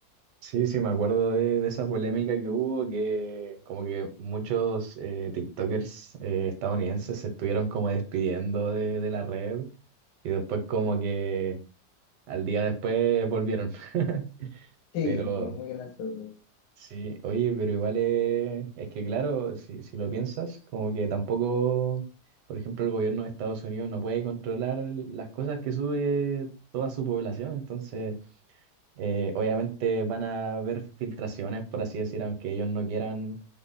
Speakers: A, on the right; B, on the left.
A: Sí, sí, me acuerdo de, de esa polémica que hubo, que como que muchos eh, TikTokers eh, estadounidenses se estuvieron como despidiendo de, de la red y después como que al día después volvieron. <laughs>
B: Sí,
A: Pero
B: fue muy gracioso.
A: sí, oye, pero igual es, es que claro, si, si lo piensas, como que tampoco, por ejemplo, el gobierno de Estados Unidos no puede controlar las cosas que sube toda su población, entonces... Eh, obviamente van a haber filtraciones, por así decir, aunque ellos no quieran,